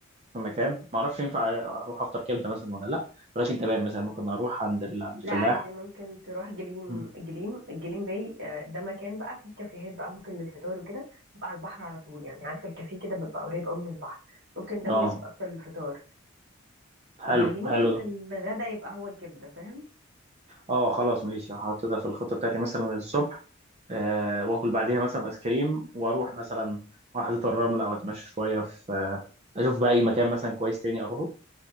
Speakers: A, on the right; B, on the right.
A: في مكان ما اعرفش ينفع اروح افطر كبده مثلا ولا لا ولكن تمام مثلا ممكن اروح عند ال- عند الفلاح
B: لا عادي ممكن تروح جليم
A: مم.
B: جليم الجليم باي آه، ده مكان بقى فيه كافيهات بقى ممكن للفطار وكده بيبقى على البحر على طول يعني عارف الكافيه كده بيبقى قريب قوي من البحر ممكن ده
A: اه
B: مناسب اكتر للفطار
A: حلو
B: يعني ممكن
A: حلو ده
B: الغدا يبقى هو الكبده فاهم
A: اه خلاص ماشي هحط ده في الخطة بتاعتي مثلا الصبح آه واكل بعديها مثلا ايس كريم واروح مثلا واحدة الرمل او اتمشى شوية في آه اشوف بقى اي مكان مثلا كويس تاني اروحه